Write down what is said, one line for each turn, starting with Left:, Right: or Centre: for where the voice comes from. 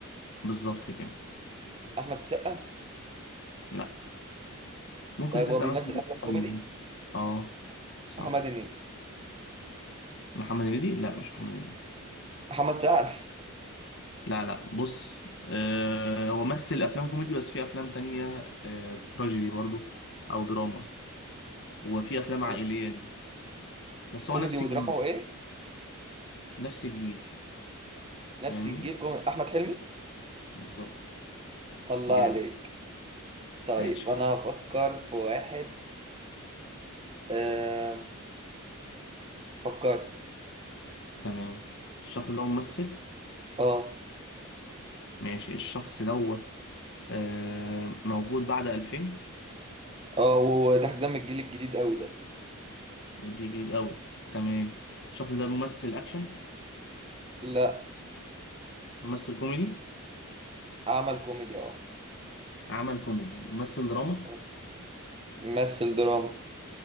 Left: بالظبط كده
Right: احمد السقا
Left: لأ ممكن
Right: طيب
Left: تسأل
Right: هو بيمثل
Left: مثلا
Right: افلام كوميدي
Left: ال- أه صح
Right: محمد هنيدي
Left: محمد هنيدي لأ مش محمد هنيدي
Right: محمد سعد <laughs>
Left: لا لا بص أه... هو مثل أفلام كوميدي بس في أفلام تانية أه... تراجيدي برضو أو دراما وفي أفلام
Right: كو-
Left: عائلية ليه بس
Right: كوميدي
Left: هو نفس
Right: ودراما
Left: الجيل
Right: وايه
Left: نفس الجيل
Right: نفس
Left: فاهمني
Right: الجيل كوميدي احمد حلمي
Left: بالظبط
Right: الله
Left: جامد
Right: عليك طيب
Left: ماشي حط
Right: انا هفكر في واحد آه فكرت
Left: تمام الشخص ده ممثل
Right: اه
Left: ماشي الشخص دوت آه موجود بعد 2000
Right: اه وده ده من الجيل الجديد قوي ده
Left: جديد قوي تمام الشخص ده ممثل اكشن
Right: لا
Left: ممثل كوميدي
Right: عمل كوميدي اه
Left: عمل كوميدي ممثل دراما
Right: اه ممثل دراما